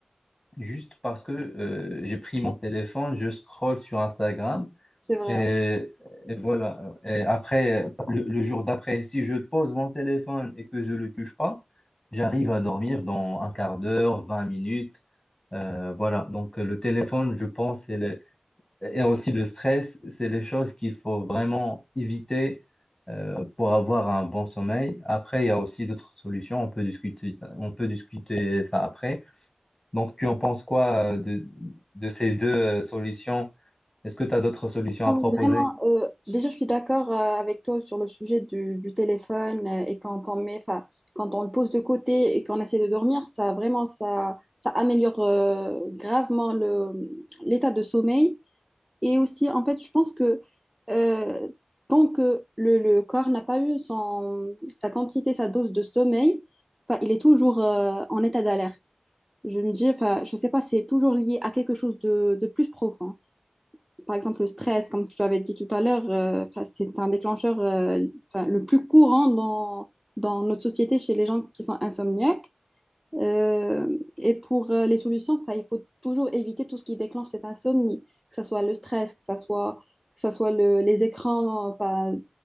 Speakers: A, on the left (about 15°); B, in the centre.
A: juste parce que euh, j'ai pris mon téléphone, je scrolle sur Instagram.
B: C'est vrai.
A: Et, et voilà. Et après, le, le jour d'après, si je pose mon téléphone et que je ne le touche pas, j'arrive à dormir dans un quart d'heure, 20 minutes. Euh, voilà. Donc, le téléphone, je pense, c'est le- et aussi le stress, c'est les choses qu'il faut vraiment éviter euh, pour avoir un bon sommeil. Après, il y a aussi d'autres solutions. On peut discuter ça, on peut discuter ça après. Donc, tu en penses quoi euh, de, de ces deux euh, solutions? Est-ce que tu as d'autres solutions
B: Non,
A: à proposer?
B: mais vraiment, euh, déjà, je suis d'accord euh, avec toi sur le sujet du, du téléphone euh, et quand on met, enfin, quand on le pose de côté et qu'on essaie de dormir, ça vraiment, ça, ça améliore euh, gravement le, l'état de sommeil. Et aussi, en fait, je pense que euh, tant que le, le corps n'a pas eu son, sa quantité, sa dose de sommeil, enfin, il est toujours euh, en état d'alerte. Je me dis, enfin, je sais pas, c'est toujours lié à quelque chose de de plus profond par exemple, le stress, comme tu avais dit tout à l'heure, euh, 'fin, c'est un déclencheur euh, 'fin, le plus courant dans, dans notre société chez les gens qui sont insomniaques. Euh, et pour euh, les solutions, enfin, il faut toujours éviter tout ce qui déclenche cette insomnie, que ce soit le stress, que ce soit, que ce soit le- les écrans enfin,